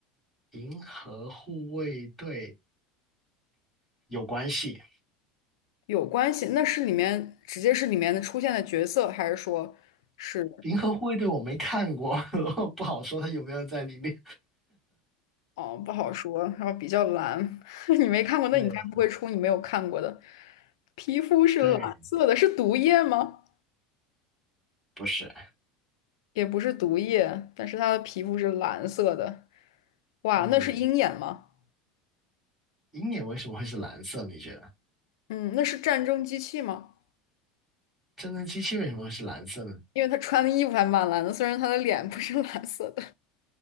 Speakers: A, in the centre; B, on the left.
A: 《银河护卫队》有关系，
B: 有关系？那是里面直接是里面的出现的角色，还是说是？
A: 《银河护卫队》我没看过，<laughs> 不好说它有没有在里面。
B: 哦，不好说。然后比较蓝，<laughs> 你没看过，那你应该不会出你没有看过的。
A: 对
B: 皮肤是蓝色的，
A: 对，
B: 是毒液吗？
A: 不是，
B: 也不是毒液，但是他的皮肤是蓝色的。哇，
A: 嗯，
B: 那是鹰眼吗？
A: 鹰眼为什么会是蓝色？你觉得？
B: 嗯，那是战争机器吗？
A: 战争机器为什么会是蓝色呢？
B: 因为他穿的衣服还蛮蓝的，虽然他的脸不是蓝色的。